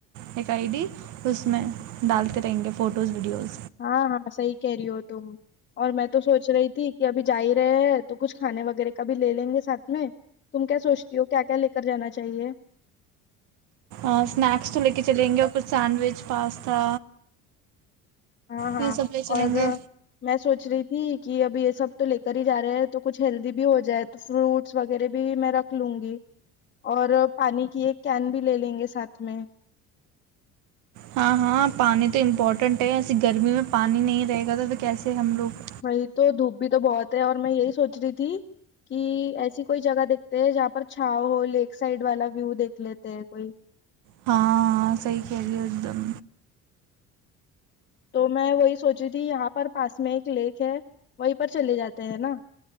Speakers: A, on the right; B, on the left.
A: ایک آئی ڈی اس میں ڈالتے رہیں گے فوٹوز ویڈیوز
B: ہاں ہاں صحیح کہہ رہی ہو تم اور میں تو سوچ رہی تھی کہ ابھی جا ہی رہے ہیں تو کچھ کھانے وغیرہ کا بھی لے لیں گے ساتھ میں تم کیا سوچتی ہو کیا کیا لے کر جانا چاہیے
A: اسنیکس تو لے کے چلیں گے اور کچھ سینڈوچ پاستا
B: ہاں ہاں
A: یہ سب لے چلیں
B: اور
A: گے
B: میں سوچ رہی تھی کہ اب یہ سب تو لے کر ہی جا رہے ہیں تو کچھ ہیلدی بھی ہو جائے تو فروٹس وغیرہ بھی میں رکھ لوں گی اور پانی کی ایک کین بھی لے لیں گے ساتھ میں
A: ہاں ہاں پانی تو امپورٹنٹ ہے ایسے گرمی میں پانی نہیں رہے گا تو پھر کیسے ہم لوگ
B: وہی تو دوپ بھی تو بہت ہے اور میں یہی سوچ رہی تھی کہ ایسی کوئی جگہ دیکھتے ہے جہاں پر چھاؤ ہو لیک سائڈ والا ویو دیکھ لیتے ہے کوئی
A: ہاں صحی کہہ رہے ایک دم
B: تو میں وہی سوچ رہی تھی یہاں پر پاس میں ایک لیک ہے وہیں پر چلے جاتے ہیں نا